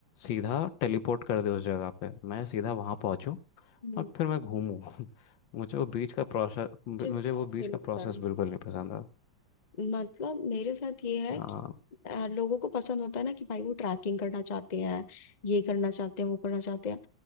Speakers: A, on the left (about 80°); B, on the left (about 40°).
A: सीधा टेलीपोर्ट कर दे उस जगह पे मैं सीधा वहाँ पहुँचूँ
B: मुझे
A: और फिर मैं घूमूँ <laughs> मुझे वो बीच का प्रोसेस मुझे
B: भी
A: वो
B: ऐसे
A: बीच
B: ही
A: का
B: लगता
A: प्रोसेस
B: है
A: बिल्कुल नहीं पसंद
B: मतलब मेरे साथ ये है
A: है
B: कि अ, लोगों को पसंद होता है ना कि भाई वो ट्रैकिंग करना चाहते हैं ये करना चाहते हैं वो करना चाहते हैं